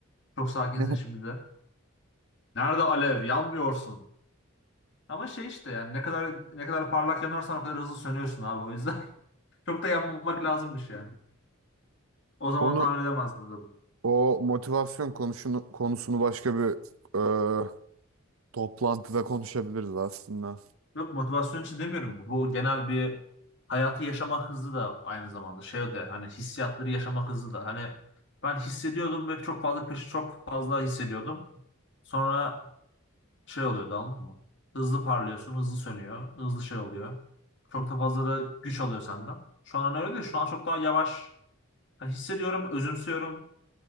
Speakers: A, on the left; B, on the right.
A: Çok sakinsin
B: <laughs> Evet.
A: şimdi de. Nerede alev? Yanmıyorsun. Ama şey işte yani ne kadar ne kadar parlak yanarsan o kadar hızlı sönüyorsun abi o yüzden <laughs> çok da yanmamak lazımmış yani. O zaman
B: Onu
A: tahmin edemezdim o zaman.
B: o motivasyon konusunu konusunu başka bir e, toplantıda konuşabiliriz aslında.
A: Yok motivasyon için demiyorum bu. Bu genel bir hayatı yaşama hızı da aynı zamanda şey de hani hissiyatları yaşama hızı da hani ben hissediyordum ve çok fazla kış çok fazla hissediyordum. Sonra şey oluyordu anladın mı? Hızlı parlıyorsun, hızlı sönüyor, hızlı şey oluyor. Çok da fazla da güç alıyor senden. Şu an hani öyle değil. Şu an çok daha yavaş. Hani hissediyorum, özümsüyorum.